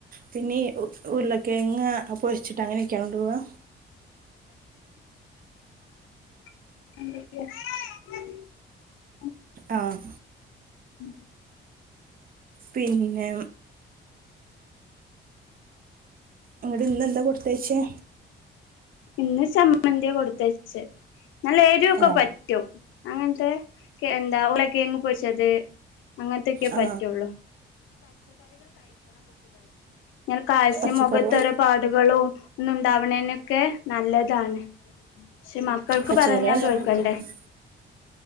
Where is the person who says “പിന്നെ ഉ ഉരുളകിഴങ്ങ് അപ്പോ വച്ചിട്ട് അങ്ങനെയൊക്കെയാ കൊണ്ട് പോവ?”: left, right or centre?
Right